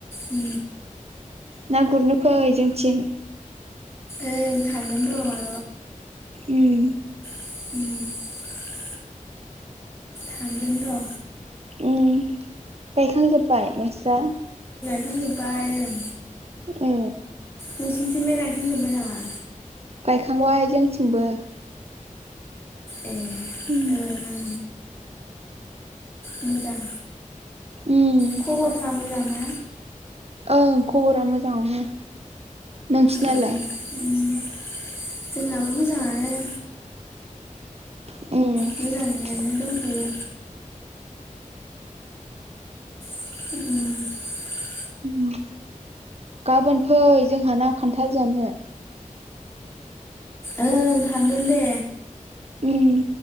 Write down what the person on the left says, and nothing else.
उ
ओ थांगोन र'।
<inaudible> थांगोन र'।
गायखांबाय ओं
नोंसिनिथिंजाय गायखांजोबबाय नामा?
ए ओं
ओं मोजां
खबरफ्रा मोजां ना?
ए उम जोंनाबो मोजाङानो।
मोजाङैनो दंथ'यो उम
ओं थांगोन दे